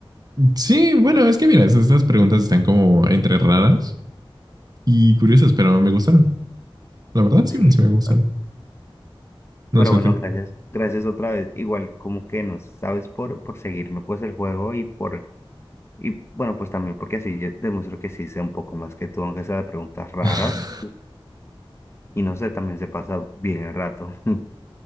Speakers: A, on the right; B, on the left.
A: Sí, bueno, es que mira, es- estas preguntas están como entre raras y curiosas, pero me gustaron. La verdad, sí,
B: Sí,
A: me- sí
B: tal
A: me gustaron.
B: cual.
A: No
B: pero
A: sé
B: bueno,
A: a ti.
B: gracias, gracias otra vez. Igual como que nos sabes por, por seguirme pues el juego y por Y bueno, pues también porque así yo demuestro que sí sé un poco más que tú, aunque sea de preguntas raras.
A: <laughs>
B: Y no sé, también se pasa bien el rato. <laughs>